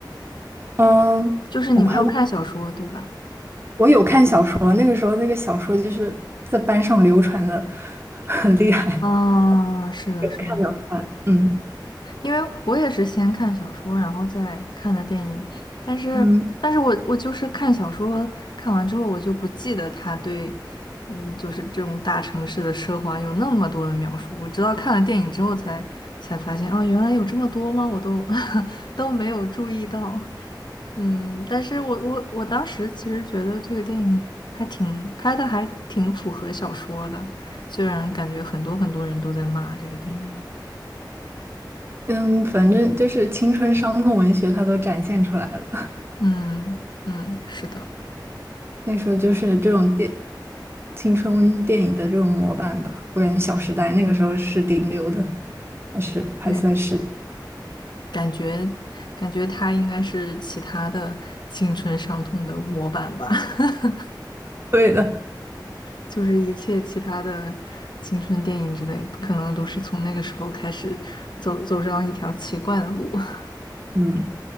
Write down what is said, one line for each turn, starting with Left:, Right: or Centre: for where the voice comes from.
Right: 嗯，
Left: 就是你没有看小说对吧？
Right: 我快忘了，我有看小说，那个时候那个小说就是在班上流传的很厉害，
Left: 啊，是的，
Right: 有看有看，
Left: 是的。
Right: 嗯
Left: 因为我也是先看小说，然后再看的电影，但是，
Right: 嗯
Left: 但是我我就是看小说，看完之后我就不记得他对，嗯，就是这种大城市的奢华有那么多的描述，我直到看了电影之后才才发现，哦，原来有这么多吗？我都 <laughs> 都没有注意到，嗯，但是我我我当时其实觉得这个电影还挺拍的，还挺符合小说的，虽然感觉很多很多人都在骂这个电影。
Right: 嗯，反正就是青春伤痛文学，它都展现出来了。
Left: 嗯嗯，是的，
Right: 那时候就是这种电青春电影的这种模板吧，我感觉《小时代》那个时候是顶流的，还是还算是
Left: 对，嗯感觉感觉他应该是其他的青春伤痛的模板吧，<laughs>
Right: 对的。
Left: 就是一切其他的青春电影之类，可能都是从那个时候开始走走上一条奇怪的路。<laughs>
Right: 嗯，